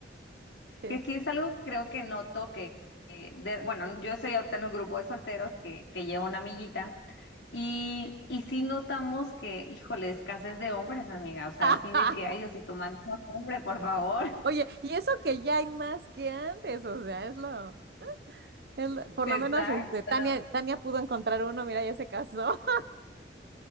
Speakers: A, on the right; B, on the left.
A: este.
B: que sí es algo, creo que noto que, que de- bueno, yo soy ahorita en un grupo de solteros que, que lleva una amiguita y, y sí notamos que, híjole, escasez de hombres, amiga, o sea,
A: <laughs>
B: así de que, ay, Diosito, mándanos hombre, por favor.
A: Oye, y eso que ya hay más que antes, o sea, es lo, es lo- por
B: <laughs> Exacto,
A: lo menos este, Tania,
B: ¿no?
A: Tania pudo encontrar uno, mira, ya se casó.